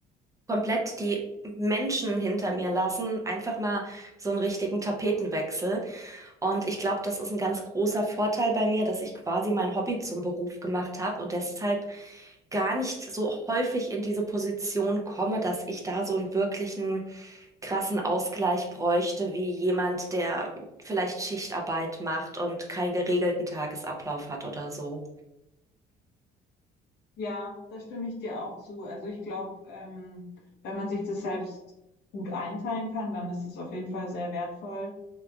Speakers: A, on the right; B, on the left.
A: komplett die Menschen hinter mir lassen, einfach mal so einen richtigen Tapetenwechsel. Und ich glaube, das ist ein ganz großer Vorteil bei mir, dass ich quasi mein Hobby zum Beruf gemacht habe und deshalb gar nicht so häufig in diese Position komme, dass ich da so einen wirklichen krassen Ausgleich bräuchte, wie jemand, der vielleicht Schichtarbeit macht und keinen geregelten Tagesablauf hat oder so.
B: Ja, da stimme ich dir auch zu. Also ich glaube, ähm, wenn man sich das selbst gut einteilen kann, dann ist es auf jeden Fall sehr wertvoll.